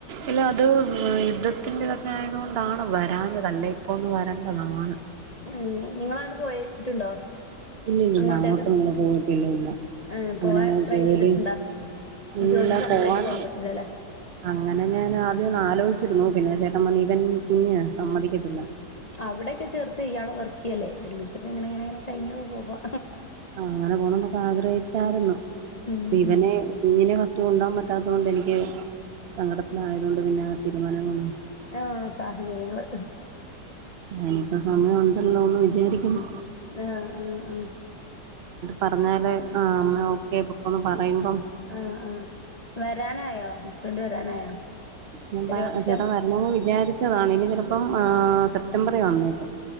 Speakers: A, on the right (about 50°); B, on the left (about 55°).
A: ഇല്ല അത് ഉം യുദ്ധത്തിന്റെതൊക്കെ ആയതു കൊണ്ടാണ് വരാഞ്ഞത് അല്ലെ ഇപ്പ ഒന്ന് വരേണ്ടതാണ്
B: ഏഹ് നിങ്ങളാണ്ട് പോയിട്ടുണ്ടോ
A: ഇല്ലല്ല
B: അങ്ങോട്ടേക്ക്
A: അങ്ങോട്ടും നിങ്ങൾ പോയിട്ടില്ല ഇല്ല
B: ഏഹ്
A: അങ്ങനെ
B: പോവാൻ ട്രൈ
A: ജോലി
B: ചെയ്തിട്ടുണ്ടോ ഈ
A: ഇല്ല
B: ജോലി സംബന്ധമായിട്ട്
A: പോവാൻ
B: പോകാൻ പറ്റില്ല അല്ലേ
A: അങ്ങനെ ഞാൻ ആദ്യം നാലോ രുന്നു പിന്നെ ചേട്ടൻ പറഞ്ഞു ഇവൻ കുഞ് സമ്മതിക്കത്തില്ല
B: അവിടെയക്കെേ ചേർത്ത് ഇയാളെ വർക്ക് ചെയ്യല്ലേ ഒരുമിച്ചൊക്കെ എങ്ങനെങ്ങനെങ്ങനെ കഴിഞ്ഞ് പോവാ
A: ആ അങ്ങനെ പോണൊക്കെ ആഗ്രഹിച്ചായിരുന്നു
B: ഉം
A: ഇവനെ
B: ഉം
A: കുഞ്ഞിനെ ഫസ്റ്റ് കൊണ്ടൻ പറ്റ പറ്റത്തൊണ്ട് എനിക്ക് സങ്കടത്തില ആയതുകൊണ്ട് പിന്നെ ആ തീരുമാനങ്ങള
B: ആ സാഹചര്യങ്ങള്
A: ഞാനീപ്പ സമയമുണ്ടല്ലോ എന്ന് വിചാരിക്കുന്നു
B: ആ ആ ആ
A: പറഞ്ഞാലൂ ആ അമ്മ ഓക്കെ പോക്കൊന്ന് പറയുമ്പം
B: ആ ആ വരാനായോ ഹസ്ബൻഡ് വരാനായോ
A: ഞാൻ
B: ഒരു വർഷം
A: ചേട്ടൻ വരണമന്ന് വിചാരിച്ചതാണ് ഇനി ചിലപ്പം ആ സെപ് പ്റ്റംബറിലെ വന്നേക്കും